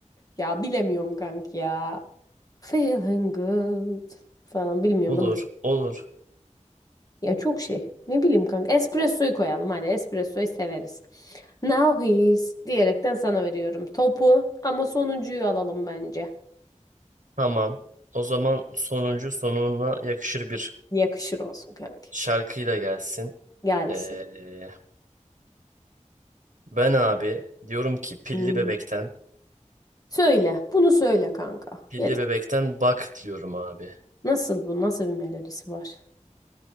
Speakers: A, on the left; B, on the right.
A: Ya bilemiyorum kanka ya. Feeling good falan bilmiyorum
B: Olur,
A: bunu da.
B: olur.
A: Ya çok şey. Ne bileyim kanka. Espresso'yu koyalım hadi. Espresso'yu severiz. Now he's diyerekten sana veriyorum topu ama sonuncuyu alalım bence.
B: Tamam. O zaman sonuncu sonuna yakışır bir
A: Yakışır olsun kanka.
B: şarkıyla gelsin.
A: Gelsin.
B: Ee, ben abi diyorum ki pilli
A: Hmm.
B: bebekten,
A: Söyle. Bunu söyle kanka.
B: pilli
A: Yeter.
B: bebekten bak diyorum abi.
A: Nasıl bu? Nasıl bir melodisi var?